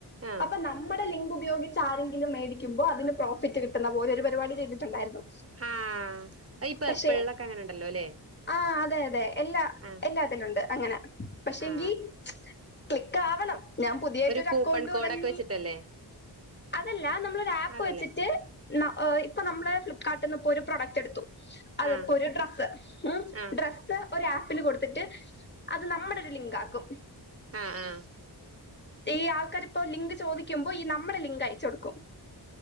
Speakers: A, on the right; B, on the left.
A: ആ
B: അപ്പൊ നമ്മുടെ ലിങ്കും ഉപയോഗിച്ച് ആരെങ്കിലും മേടിക്കുമ്പോ അതിന് പ്രോഫിറ്റ് കിട്ടുന്ന പോലെ ഒരു പരിപാടി ചെയ്തിട്ടുണ്ടായിരുന്നു
A: ആഹ പെർപ്പിൾൊക്കെ
B: പക്ഷെ
A: അങ്ങനെ ഉണ്ടല്ലോ അല്ലെ
B: ആ അതെ അതെ എല്ലാ
A: ആ
B: എല്ലാത്തിനുണ്ട് അങ്ങനെ പക്ഷെങ്കി
A: ആ
B: ക്ലക്ക് ആവണം ഞാൻ പുതിയായിട്ട്
A: ഒരു കൂപ്പൺ
B: അക്കൗണ്ട് തുടങ്ങി
A: കോഡൊക്കെ വെച്ചിട്ടല്ലേ
B: അതല്ല നമ്മളൊ ഒരു ആപ്പ്
A: അതല്ലേ
B: വെച്ചിട്ട് ഇപ്പ നമ്മള് ഫ്ലിപ്കാട്ടിൽന്ന് ഇപ്പോ ഒരു പ്രോഡക്ട് എടു അതപ്പോ
A: ആ
B: ഒരു ഡ്രസ്സ് ഉം
A: ആ
B: ഡ്രസ്സ് ഒരാ പ്പന് കൊടുത്തിട്ട് അത് നമ്മുടെത് ലിങ്കാക്കും.
A: ആ ആ
B: ഈ ആൾക്കാരിപ്പോ ലിങ്ക് ചോദിക്കുമ്പോ ഈ നമ്മുടെ ലിങ്ക് അയച്ച് കൊടുക്കും.